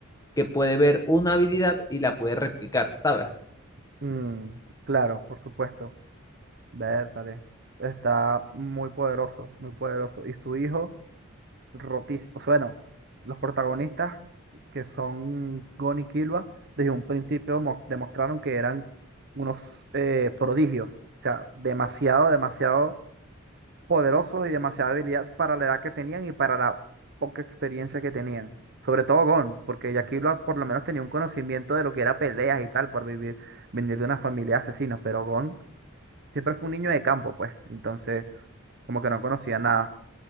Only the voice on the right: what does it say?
Mm, claro, por supuesto. Bertale. Está muy poderoso, muy poderoso. Y su hijo, rotísimo. O sea, bueno, los protagonistas, que son Gon y Killua, desde un principio mos- demostraron que eran unos eh, prodigios. O sea, demasiado, demasiado poderosos y demasiada habilidad para la edad que tenían y para la poca experiencia que tenían. Sobre todo Gon, porque Yakilo por lo menos tenía un conocimiento de lo que era peleas y tal, por vivir, venir de una familia de asesinos, pero Gon siempre fue un niño de campo, pues, entonces como que no conocía nada.